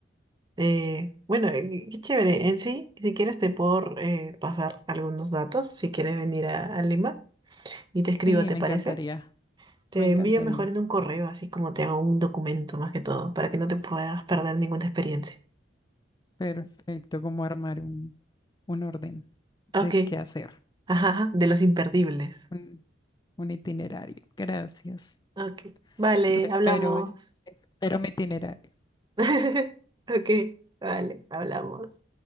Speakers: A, on the right; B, on the left.
A: Eh, bueno, eh, qué chévere. En sí, si quieres te puedo eh, pasar algunos datos, si quieres venir a, a Lima y te escribo,
B: Sí,
A: ¿te
B: me
A: parece?
B: encantaría,
A: Te
B: me encantaría.
A: envío mejor en un correo, así como te hago un documento más que todo, para que no te puedas perder ninguna experiencia.
B: Perfecto, como armar un, un orden
A: Ok,
B: de qué hacer,
A: ajá, ajá, de los imperdibles.
B: un, un itinerario. Gracias.
A: Ok, vale,
B: Lo espero,
A: hablamos.
B: oye. Espero mi itinerario.
A: <laughs> Ok, vale, hablamos.